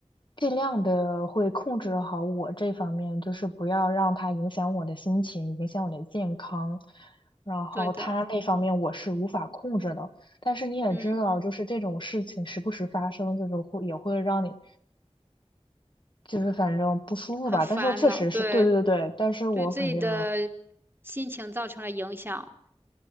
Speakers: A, on the left; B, on the right.
A: 尽量的会控制好我这方面，就是不要让它影响我的心情，影响我的健康。然后它那方面我是无法控制的。
B: 对的，
A: 但是你也知道，
B: 嗯，
A: 就是这种事情时不时发生，就是会也会让你就是反正不舒服吧。
B: 很烦恼，
A: 但是确实是对对对，
B: 对，
A: 但是我肯定。
B: 对自己的心情造成了影响，